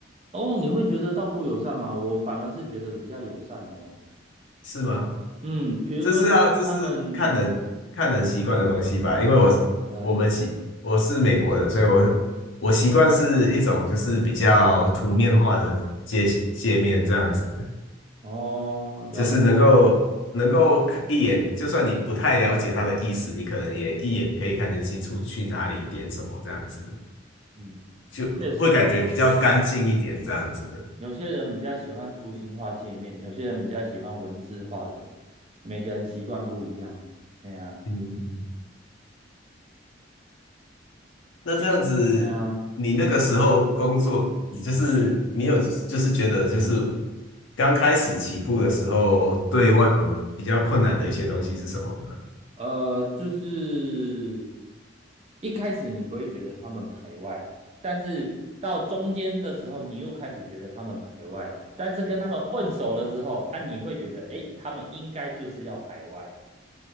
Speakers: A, on the right (about 30°); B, on the left (about 75°).
A: 哦，你会觉得到不友善吗？我反而是觉得比较友善哦。
B: 是吗？
A: 嗯，比如说他们，
B: 这是要这是看人看人习惯的东西吧，因为我
A: 嗯，
B: 我们习我是美国人，所以我我习惯是一种就是比较图面化的界界面这样子。
A: 哦，
B: 就是能够能够看一眼，
A: 聊，
B: 就算你不太了解他的意思，你可能也一眼可以看得清楚去哪里点什么，这样子
A: 嗯，
B: 就会感觉比较干净一点，
A: 确实是，
B: 这样子的。
A: 有些人比较喜欢图形化界面，有些人比较喜欢文字化的，每个人习惯不一样。哎呀，
B: 嗯，那这样子，
A: 其实，哎呀，
B: 你那个时候工作，你就是你有就是觉得就是刚开始起步的时候，对外国人比较困难的一些东西是什么呢？
A: 呃，就是一开始你不会觉得他们排外，但是到中间的时候，你又开始觉得他们排外，但是跟他们混熟了之后，啊，你会觉得，诶，他们应该就是要排外，